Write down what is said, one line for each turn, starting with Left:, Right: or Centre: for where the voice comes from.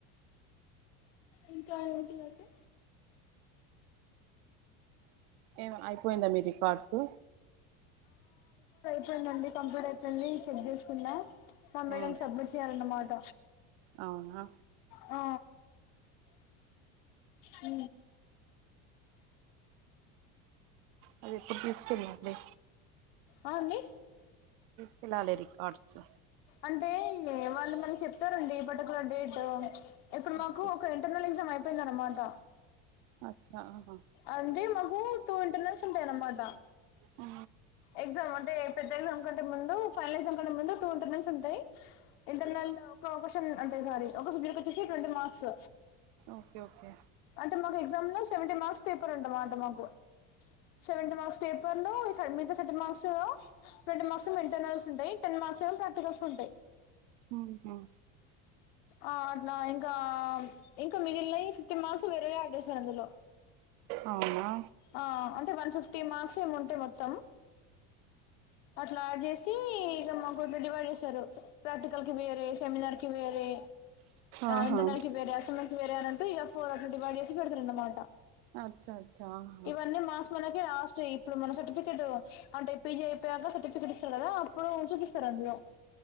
Left: ఇంకా ఏంటిదంటే
Right: ఏమ అయిపోయిందా మీ రికార్డ్సు
Left: ఐపోయిందండి కంప్యూటర్ కెళ్ళి చెక్ చేసుకున్నా మా మేడం
Right: మ్మ్
Left: కి సబ్మిట్ చేయాలన్నమాట
Right: అవునా
Left: ఆ ఊ
Right: అదే ఎప్పుడు తీసుకెళ్లింది
Left: ఆ అండి
Right: ఫిలాలే రికార్డు
Left: అంటే వాళ్ళు మనకి చెప్తారండి పర్టికులర్ డేట్ ఇప్పుడు
Right: ఓకే
Left: మాకు ఒక ఇంటర్నల్ ఎగ్జామ్ అయిపో అయిపోయిందన్నమాట
Right: అచ్చా అహ
Left: అంటే మాకు టూ ఇంటర్నల్స్ ఉంటాయన్నమాట
Right: ఆ
Left: ఎగ్జామ్ అంటే పెద్ద ఎగ్జామ్ కంటే ముందు ఫైనల్ ఎగ్జామ్ కంటే ముందు టూ ఇంటర్నల్స్ ఉంటయ్ ఇంటర్నల్ ఒక క్వషన్ అంటే సారీ ఒక సబ్జెక్ట్ వచ్చేసి ట్వంటీ మార్క్స్
Right: ఓకే ఓకే
Left: అంటే మాకు ఎగ్జామ్ లో సెవెంటీ మార్క్స్ కని ఉంట అంట మాకు సెవెంటీ మార్క్స్ పేపర్ లో సబ్మిచస్ థర్టీ మార్క్స్ లో ట్వంటీ మార్క్స్ ఏమో ఇంటర్నల్స్ ఉంటాయ్ టెన్ మార్క్స్ ఏమో ప్రాక్టిల్స్ కి ఉంటాయ్
Right: అహ
Left: ఆ అట్లా ఇంకా ఇంకా మిగిలినయి ఫిఫ్టీన్ మార్క్స్ వేరే గా యాడ్ చేస్తారు అందులో
Right: అవునా
Left: ఆ అంటే వన్ ఫిఫ్టీ మార్క్స్ ఏమో ఉంటాయ్ మొత్తం అట్లా యాడ్ చేసి ఇగ మాకు ఇట్ల డివైడ్ చేస్తరు వేరే సెమినార్ వేరే
Right: ఆహా
Left: ఇంటర్నల్ కి వేరే అసైన్లకు వేరే అన్నట్టు ఇగ ఫోర్ అట్ డివైడ్ చేసి పెడతారు అన్నమాట
Right: అచ్చచ్చ అహ
Left: ఇవన్నీ మార్క్స్ మనకి లాస్ట్ ఇప్పుడు మన సర్టిఫికెట్ అంటే పిజి అయిపోయాక సర్టిఫికట్ ఇస్తారు కదా అప్పుడు చూపిస్తారు అందరు